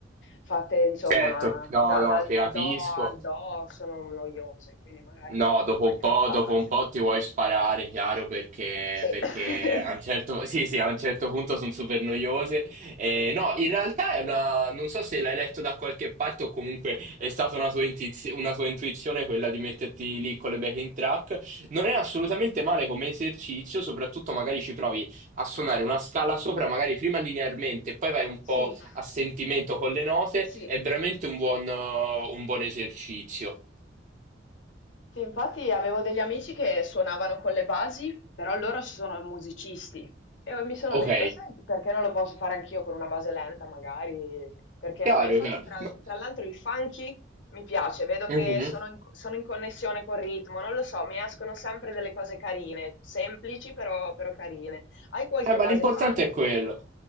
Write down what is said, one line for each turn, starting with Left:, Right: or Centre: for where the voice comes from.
Left: fatte insomma
Right: certo, no,
Left: da-
Right: no,
Left: dal
Right: ti capisco.
Left: do al do sono noiose, quindi magari
Right: No,
Left: con
Right: dopo
Left: qualche
Right: un po',
Left: base.
Right: dopo un po' ti vuoi sparare, chiaro, perché,
Left: Sì.
Right: perché
Left: <laughs>
Right: a un certo, <laughs> sì, sì, a un certo punto sono super noiose. Eh, no, in realtà è una, non so se l'hai letto da qualche parte o comunque è stata una tua, intuiz- una tua intuizione quella di metterti lì con le backing track. Non è assolutamente male come esercizio, soprattutto magari ci provi a suonare una scala sopra, magari prima linearmente, e poi vai un
Left: Sì,
Right: po' a sentimento con le note.
Left: sì,
Right: È veramente un buon, eh, un buon esercizio.
Left: Sì, infatti avevo degli amici che suonavano con le basi, però loro sono musicisti. E mi sono
Right: Ok.
Left: detta, sai, perché non lo posso fare anch'io con una base lenta, magari? Perché
Right: Chiaro,
Left: no? E infatti,
Right: chiaro.
Left: tra,
Right: Ma,
Left: tra l'altro, il funky mi piace, vedo che
Right: Mhm.
Left: sono in, sono in connessione col ritmo, non lo so, mi escono sempre delle cose carine, semplici però, però carine. Hai qualche
Right: Eh, ma
Left: base
Right: l'importante
Left: funky?
Right: è quello.